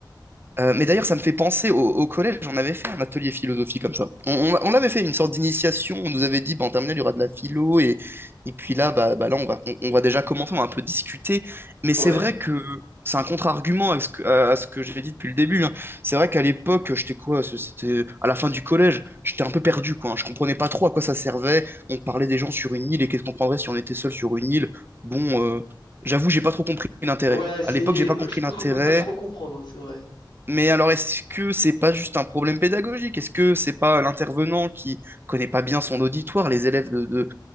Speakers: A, on the right (about 30°); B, on the left (about 85°).
A: Euh, mais d'ailleurs, ça me fait penser au, au collège, on avait fait un atelier philosophie comme ça. On, on, on avait fait une sorte d'initiation, on nous avait dit, bah, en terminale, il y aura de la philo, et, et puis là, bah, bah là on va, on, on va déjà commencer, on va un peu discuter. Mais c'est
B: Ouais.
A: vrai que c'est un contre-argument à ce que, à ce que j'ai dit depuis le début. hein. C'est vrai qu'à l'époque, j'étais quoi, c- c'était à la fin du collège, j'étais un peu perdu, quoi. hein. Je comprenais pas trop à quoi ça servait. On parlait des gens sur une île, et qu'est-ce qu'on prendrait si on était seul sur une île? Bon, euh, j'avoue, j'ai pas trop compris l'intérêt.
B: Ouais, c'est.
A: À l'époque, j'ai pas compris
B: Je pense
A: l'intérêt.
B: qu'on peut pas trop comprendre, hein, c'est vrai.
A: Mais alors, est-ce que c'est pas juste un problème pédagogique? Est-ce que c'est pas l'intervenant qui connaît pas bien son auditoire, les élèves de, de-